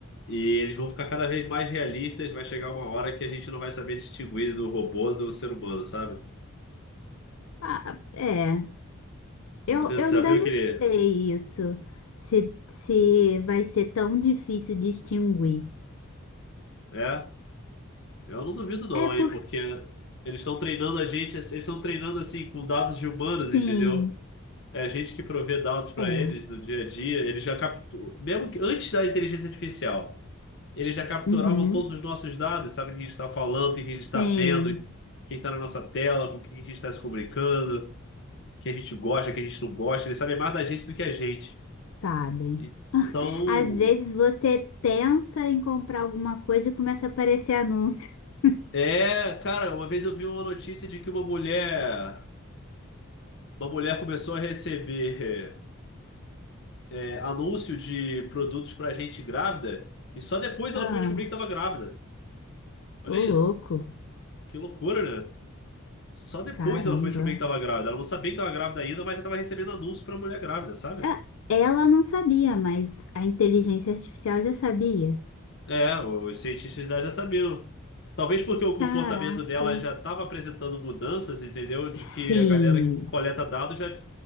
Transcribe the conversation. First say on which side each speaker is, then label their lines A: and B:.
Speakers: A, on the left; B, on the left.
A: e eles vão ficar cada vez mais realistas. Vai chegar uma hora que a gente não vai saber distinguir do robô do ser humano, sabe?
B: Ah, é,
A: Não
B: eu,
A: duvido,
B: eu
A: você
B: ainda
A: já viu
B: não
A: aquele.
B: sei isso, se, se vai ser tão difícil distinguir.
A: É, eu não duvido, não,
B: É porque,
A: hein, porque eles estão treinando a gente, eles estão treinando assim com dados de humanos,
B: sim.
A: entendeu? É a gente que provê dados para
B: É,
A: eles do dia a dia, eles já capturam, mesmo que antes da inteligência artificial, eles já capturavam
B: uhum,
A: todos os nossos dados, sabe o que a gente está falando, o que a gente está
B: sim,
A: vendo, quem está na nossa tela, com o que a gente está se comunicando, o que a gente gosta, o que a gente não gosta, eles sabem mais da gente do que a gente.
B: sabem.
A: Então,
B: Às vezes você pensa em comprar alguma coisa e começa a aparecer anúncio. <laughs>
A: é, cara, uma vez eu vi uma notícia de que uma mulher, uma mulher começou a receber é, anúncio de produtos para gente grávida e só depois ela
B: Ah,
A: foi descobrir que estava grávida. Olha
B: ô
A: isso.
B: louco,
A: Que loucura, né? Só depois
B: caramba.
A: ela foi descobrir que estava grávida. Ela não sabia que estava grávida ainda, mas já estava recebendo anúncio para mulher grávida, sabe?
B: Ah, Ela não sabia, mas a inteligência artificial já sabia.
A: É, os cientistas da já sabiam. Talvez porque o
B: Caraca.
A: comportamento dela já estava apresentando mudanças, entendeu? De
B: Sim,
A: que a galera que coleta dados já,